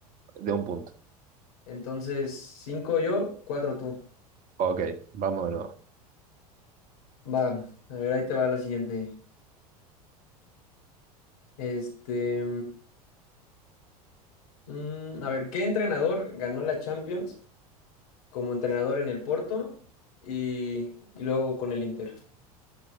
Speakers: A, on the right; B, on the left.
A: De un punto.
B: Entonces, cinco yo, cuatro tú.
A: Ok, vamos de nuevo.
B: Va, a ver, ahí te va la siguiente. Este. Mm, a ver, ¿qué entrenador ganó la Champions como entrenador en el Porto y, y luego con el Inter?